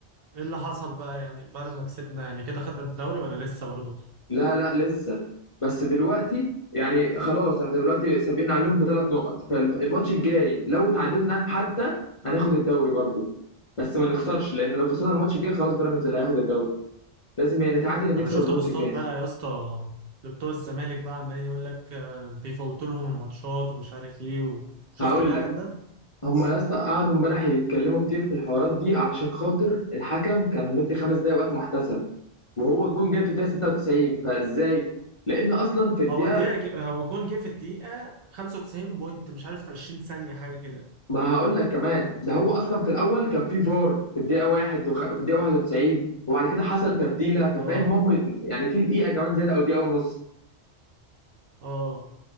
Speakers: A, on the right; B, on the left.
A: اللي حصل بقى يعني بعد ما كسبنا يعني كده خدنا الدوري ولا لسه برضه؟
B: لا لا لسه بس دلوقتي يعني خلاص احنا دلوقتي سابقين عليهم بثلاث نقط فالماتش الجاي لو تعادلنا حتى هناخد الدوري برضه بس ما نخسرش لان لو خسرنا الماتش الجاي خلاص بيراميدز اللي هياخد الدوري لازم يعني نتعادل نكسب
A: أنا شفت
B: الماتش
A: بوستات
B: الجاي
A: بقى يا اسطى لبتوع الزمالك بقى عمالين يقول لك آه، بيفوتوا لهم الماتشات ومش عارف ايه وشفت
B: هقول
A: الهبل
B: لك
A: ده؟
B: هم
A: بس.
B: يا اسطى قعدوا امبارح يتكلموا كتير في الحوارات دي علشان خاطر الحكم كان مدي خمس دقايق وقت محتسب وهو الجون جاي في الدقيقه 96 فازاي لان اصلا في الدقيقه
A: هو الدقيقة جه- هو الجون جه في الدقيقة 95 بوينت مش عارف في 20 ثانية حاجة كده
B: ما هقول لك كمان ده هو اصلا في الاول كان في فار في الدقيقه واحد وخ... في الدقيقه 91 وبعد كده حصل تبديله ففاهم
A: اه
B: هم يعني في دقيقه كمان زياده او دقيقه ونص
A: اه